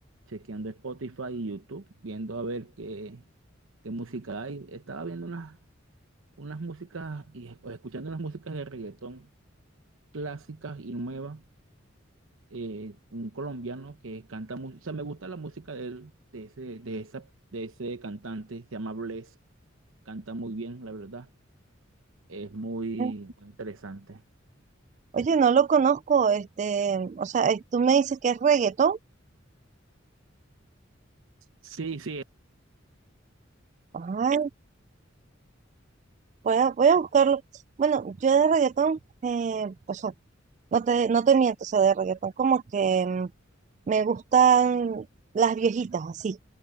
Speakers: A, on the right (about 80°); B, on the right (about 35°).
A: chequeando Spotify y YouTube, viendo a ver qué, qué música hay. Estaba viendo unas, unas músicas y es- o escuchando unas músicas de reggaetón clásicas y nuevas. Eh, un colombiano que canta música, o sea, me gusta la música de él, de ese, de esa, de ese cantante, se llama Bless, canta muy bien, la verdad, es muy
B: Mm,
A: muy interesante.
B: Oye, no lo conozco, este, o sea, eh, tú me dices que es reggaetón.
A: Sí, sí.
B: Ay, voy a, voy a buscarlo. Bueno, yo de reggaetón, eh, o sea, no te, no te miento, o sea, de reggaetón como que mm, Me gustan las viejitas, así.